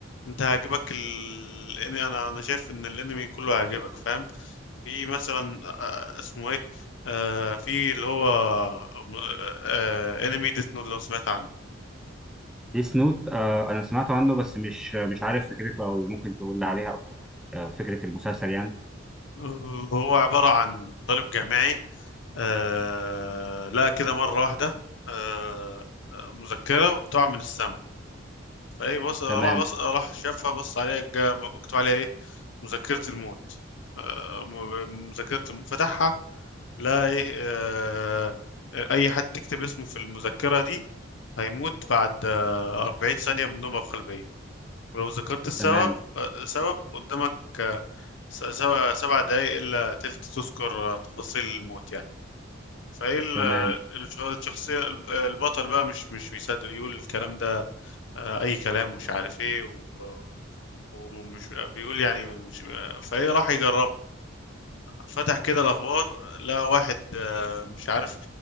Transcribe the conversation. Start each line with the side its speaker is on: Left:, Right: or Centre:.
Left: انت هيعجبك ال... إن انا انا شايف ان الانمي كله هيعجبك فاهم في مثلا آه، اسمه ايه آه في اللي هو آه انمي ديث نوت لو سمعت عنه
Centre: ديس نوت آه انا سمعت عنه بس مش مش عارف فكرته او ممكن تقول لي عليها اكتر آه فكره المسلسل يعني
Left: آه، هو عبارة عن طالب جامعي آه لا كده مرة واحدة آه آه، مذكرة بتقع من السماء فايه بص راح
Centre: تمام
Left: بص راح شافها بص عليها جا- مكتوب عليها ايه مذكرة الموت آه، م- مذكرة الم- فتحها لا ايه آه، اي حد تكتب اسمه في المذكرة دي هيموت بعد آه، 40 ثانية من نوبة قلبية ولو ذكرت السبب
Centre: تمام
Left: آه، سبب قدامك آه، س- سبع سبع دقايق إلا تلت تذكر آه، تفاصيل الموت يعني فايه ال-
Centre: تمام
Left: الش- الشخصية الب- البطل بقى مش مش بيصدق يقول الكلام ده آه، اي كلام مش عارف ايه و... ومش بيقول يعني مش فايه راح يجرب فتح كده الاخبار لقى واحد آه، مش عارف